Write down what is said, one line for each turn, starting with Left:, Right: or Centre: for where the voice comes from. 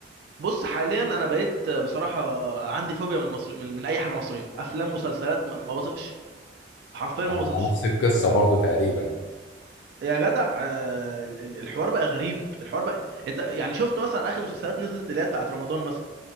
Right: بص حاليا انا بقيت بصراحه عندي فوبيا من مصر من, من اي حاجه مصريه افلام مسلسلات ما ما بطقش حرفيا ما
Left: انا
Right: بطقش
Left: أنا نفس القصة برضو تقريبا
Right: يا جدع آه، ال- ال- الحوار بقى غريب الحوار بقى انت يعني شفت مثلا اخر مسلسلات نزلت اللي هي بتاعت رمضان مثلا